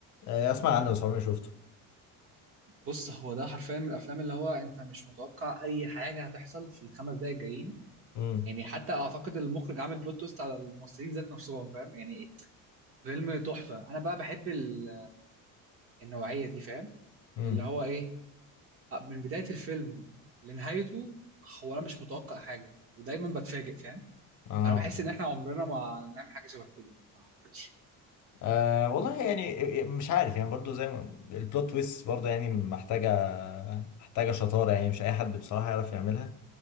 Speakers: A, on the left (about 50°); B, on the right (about 35°).
A: آه اسمع عنه بس عمري ما شفته
B: بص هو ده حرفيا من الافلام اللي هو انت مش متوقع اي حاجه هتحصل في الخمس دقايق الجايين
A: امم
B: يعني حتى اعتقد المخرج عامل بلوت تويست على الممثلين ذات نفسهم فاهم يعني فيلم تحفه انا بقى بحب ال- النوعيه دي فاهم
A: امم
B: اللي هو ايه من بدايه الفيلم لنهايته هو انا مش متوقع حاجه ودايما بتفاجئ فاهم
A: اه
B: انا بحس ان احنا عمرنا ما نعمل حاجه شبه كده يعني ما اعتقدش
A: أه والله يعني آه، آه، مش عارف يعني برضو زي ما البلوت تويست برضو يعني محتاجة محتاجة شطارة يعني مش أي حد بصراحة يعرف يعملها